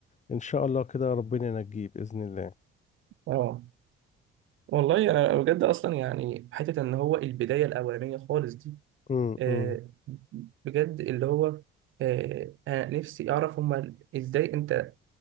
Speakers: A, on the left; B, on the right.
A: إن شاء الله كده ربنا ينجيه بإذن الله
B: اه والله انا بجد اصلا يعني حته ان هو البدايه الاولانيه خالص دي
A: امم
B: آه
A: امم
B: بجد اللي هو آه انا نفسي اعرف هما ازاي انت